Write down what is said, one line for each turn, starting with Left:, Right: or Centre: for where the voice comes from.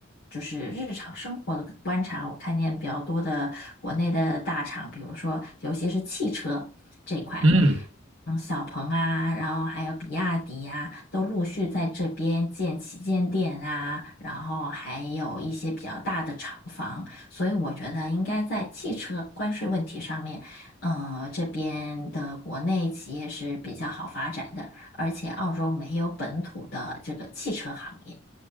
Left: 就是日常生活的观察，我看见比较多的国内的大厂，比如说尤其是汽车这一块，
Right: 嗯嗯。嗯
Left: 嗯，小鹏啊，然后还有比亚迪呀、啊都陆续在这边建旗舰店啊，然后还有一些比较大的厂房，所以我觉得应该在汽车关税问题上面，呃，这边的国内企业是比较好发展的，而且澳洲没有本土的这个汽车行业。